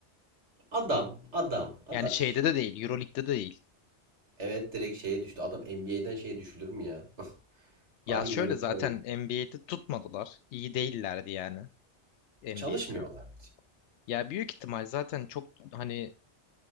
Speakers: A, on the right; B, on the left.
A: adam, adam, adam
B: Yani şeyde
A: işte.
B: de değil EuroLeague'de de değil.
A: Evet direkt şeye düştü. Adam NBA'den şeye düşülür mü ya? <laughs>
B: Ya
A: Bari
B: şöyle
A: EuroLeague'de
B: zaten
A: oyna.
B: NBA'de tutmadılar. İyi değillerdi yani NBA'de.
A: Çalışmıyorlar.
B: Ya büyük ihtimal zaten çok hani